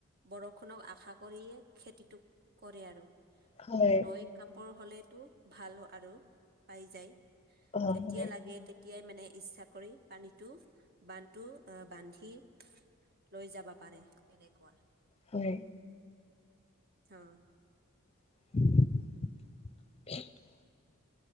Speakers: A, on the right; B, on the left.
A: বৰষুণক আশা কৰিয়ে খেতিটো কৰে আৰু।
B: হয়
A: ত নৈ কাপোৰ হলেটো ভাল আৰু পাই যায়।
B: অ
A: যেতিয়া
B: হয়
A: লাগে তেতিয়াই মানে ইচ্ছা কৰি। পানীটো বানটো আহ বান্ধি লৈ যাব পাৰে তেনেকুৱা।
B: হয়।
A: অ।
B: <unintelligible>